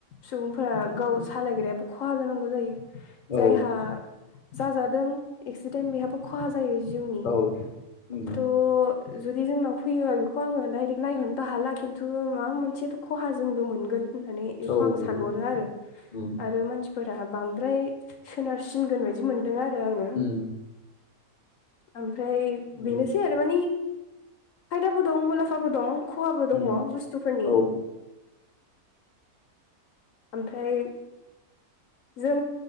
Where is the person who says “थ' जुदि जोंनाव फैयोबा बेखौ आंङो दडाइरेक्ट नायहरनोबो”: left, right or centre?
Left